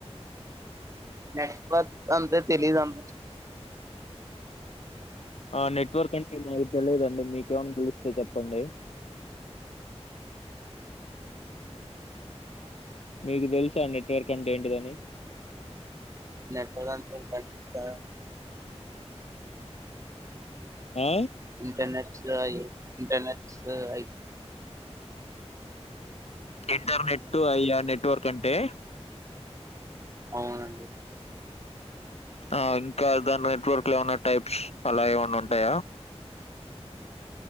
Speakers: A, on the right; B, on the left.
A: నెట్వర్క్ అంతే తెలీదు అంట
B: ఆ నెట్ వర్క్ అంటే మాకు తెలియద అండి మీకేమైనా తెలుస్తే చెప్పండి మీకు తెలుసు ఆ నెట్వర్క్ అంటే ఏంటిదని
A: నెట్వర్క్ టైప్స్ ఆహ్
B: ఆ
A: ఇంటర్నట్ అయి ఇంటర్నట్స్ అయి
B: ఇంటర్నెట్ అయ్యా నెట్వర్క్ అంటే
A: అవునండి
B: ఆ ఇంకా దాని నెట్వర్క్ లో ఏమన్నా టైప్స్ అలా ఏమైన్నా ఉంటాయా